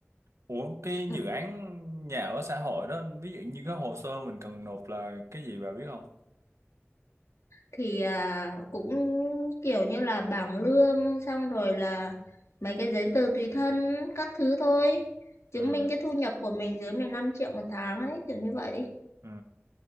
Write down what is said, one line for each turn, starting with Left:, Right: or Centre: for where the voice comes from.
Right: Ủa cái
Left: Ừ.
Right: dự án nhà ở xã hội đó ví dụ như cái hồ sơ mình cần nộp là cái gì bà biết không?
Left: thì à, cũng kiểu như là bảng lương xong rồi là mấy cái giấy tờ tùy thân các thứ thôi chứng
Right: Ừ.
Left: minh cái thu nhập của mình dưới 15 triệu một tháng ấy kiểu như vậy
Right: Ừ.